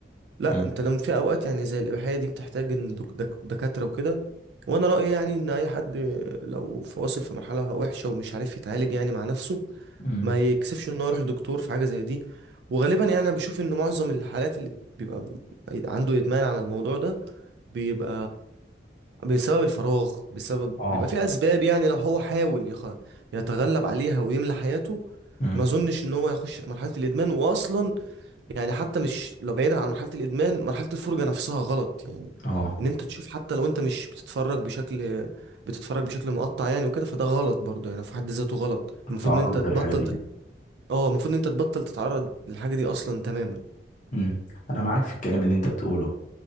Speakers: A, on the right; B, on the left.
A: لا
B: مم.
A: انت لما في اوقات يعني زي الاباحيه دي بتحتاج ان دك- دك- دكاتره وكده وانا رايي يعني ان اي حد لو في- واصل في مرحله وحشه ومش عارف يتعالج يعني مع نفسه
B: مم.
A: ما يكسفش انه يروح لدكتور في حاجه زي دي وغالبا يعني انا بشوف ان معظم الحالات اللي بيبقى عنده ادمان على الموضوع ده بيبقى بسبب الفراغ بسبب
B: اه
A: بيبقى في اسباب يعني لو هو حاول يخ... يتغلب عليها ويملى حياته
B: مم.
A: ما اظنش ان هو هيخش في مرحله الادمان واصلا يعني حتى مش لو بعيدا عن مرحله الادمان مرحله الفرجه نفسها غلط يعني
B: اه
A: ان انت تشوف حتى لو انت مش بتتفرج بشكل بتتفرج بشكل مقطع يعني وكده فده غلط برضه يعني في حد ذاته غلط
B: التعرض
A: المفروض ان انت تبطل
B: للحاجة دي
A: تت... اه المفروض ان انت تبطل تتعرض للحاجه دي اصلا تماما
B: امم انا معاك في الكلام اللي انت بتقوله